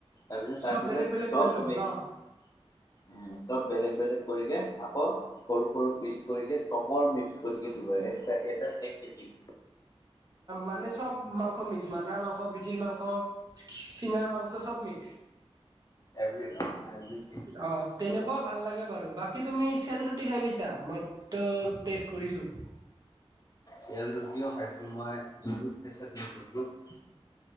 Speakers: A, on the left; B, on the right.
A: তাৰপিছত তাৰপিছত
B: চব বেলেগ বেলেগ
A: চব
B: কৰি ল'ব
A: মিক্স
B: ন
A: উ চব বেলেগ বেলেগ কৰিকে আকৌ সৰু সৰু পিচ কৰিকে চবৰ মিক্স কৰিকে দিব এটা এক কেজি
B: মানে চব মাংস মিক্স মাথাৰ মাংস পিঠিৰ মাংস চিঙাৰ মাংস চব মিক্স।
A: এভৰি অ', এভৰি।
B: অ', তেনেকুৱাও ভাল লাগে বাৰু বাকী তুমি চেল ৰুটি খাই পাইছা মই ত ট্ৰেষ্ট কৰিছোঁ।
A: তেল ৰুটিও খাইছোঁ মই <unintelligible>